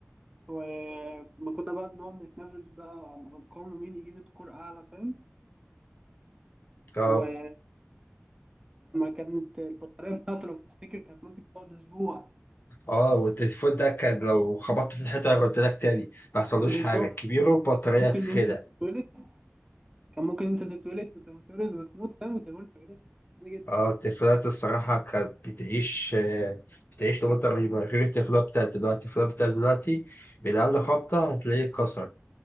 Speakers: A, on the right (about 15°); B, on the left (about 50°).
A: ولما كنا بقى بنقعد نتنافس بقى على الارقام ومين يجيب سكور اعلى فاهم
B: آه
A: ولما كانت البطاريه بتاعته لو تفتكر كانت ممكن تقعد اسبوع
B: آه والتليفون ده كان لو خبطت في الحيطة قلت لك تاني ما حصلوش
A: بالظبط
B: حاجة كبير وبطارية
A: ممكن
B: تتخلع
A: انت تتولد كان ممكن انت تتولد وتنقرض وتموت فاهم وتكون حاجه عادية جدا
B: اه التليفونات الصراحة كانت بتعيش آه، بتعيش نمط رهيبة غير التليفونات بتاعت دلوقتي التليفونات بتاعت دلوقتي من أقل خبطة هتلاقيه اتكسر